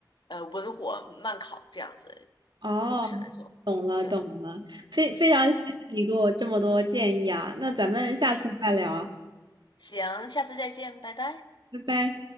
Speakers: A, on the left; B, on the right.
A: 呃，文火慢烤这样子
B: 哦，
A: 方式来做。
B: 懂了，
A: 对，
B: 懂了，非非常谢谢你给我这么多建议啊，那咱们下次再聊，
A: 嗯，行，下次再见，拜拜。
B: 拜拜。